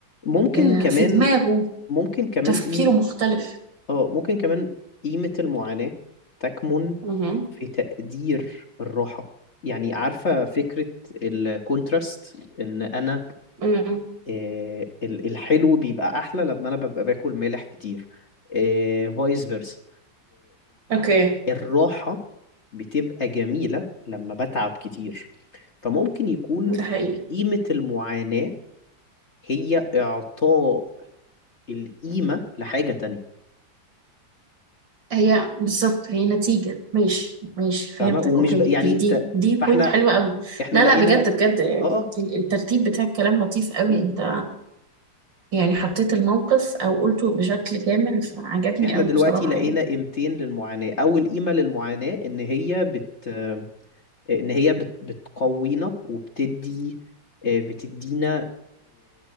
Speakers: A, on the left; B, on the right.
A: ممكن
B: آه،
A: كمان
B: في دماغه
A: ممكن كمان
B: تفكيره
A: قيم
B: مختلف
A: اه ممكن كمان قيمة المعاناة تكمن
B: مهم.
A: في تقدير الراحة يعني عارفة فكرة الكونتراست ان انا
B: مم.
A: آه، ال- الحلو بيبقى احلى لما انا ببقى باكل مالح كتير آه، فايس فيرسا
B: اوكي
A: والراحة بتبقى جميلة لما بتعب كتير فممكن يكون
B: ده حقيقي
A: قيمة المعاناة هي إعطاء القيمة لحاجة تانية
B: هي بالظبط هي نتيجة ماشي ماشي فهمتك
A: فاهمة ومش
B: اوكي
A: ب... يعني
B: دي
A: ت...
B: دي دي بوينت
A: فاحنا
B: حلوة قوي
A: احنا
B: لا
A: لقينا
B: لا بجد بجد
A: اه اه
B: ال- الترتيب بتاع الكلام لطيف قوي
A: مم.
B: انت يعني حطيت الموقف او قلته بشكل كامل فعجبني
A: فاحنا
B: قوي
A: دلوقتي
B: بصراحة
A: لقينا
B: يعني
A: قيمتين للمعاناة أول قيمة للمعاناة إن هي بت ان هي بت- بتقوينا وبتدي آه، بتدينا